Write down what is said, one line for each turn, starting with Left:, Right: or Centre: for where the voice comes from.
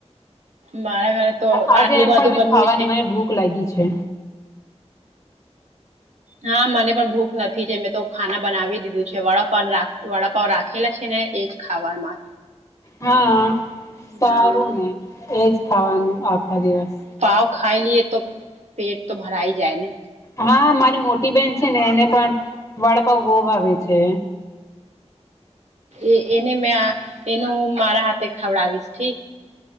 Right: મારા ઘરે તો
Left: આજે
Right: આટલું
Left: એમ
Right: બધું
Left: પણ મે
Right: બન્યું
Left: ખાવાની
Right: છે.
Left: મને ભૂખ લાગી છે.
Right: હા મને પણ ભૂખ નથી જે મેં તો ખાના બનાવી દીધું છે. વડાપાવ રા વડાપાવ રાખેલા છે ને એજ. ખાવામા.
Left: હા સારું
Right: હા,
Left: ને એજ ખાવાનું આખા દિવસ.
Right: પાવ ખાઈ લીએ તો પેટ તો ભરાઈ જાય ને.
Left: હા મારી મોટી બેહેન છે, ને એને પણ વાડાપાવ બહુ ભાવે છે.
Right: એ એને મેં એનું હું મારા હાથે ખવડાવીશ ઠી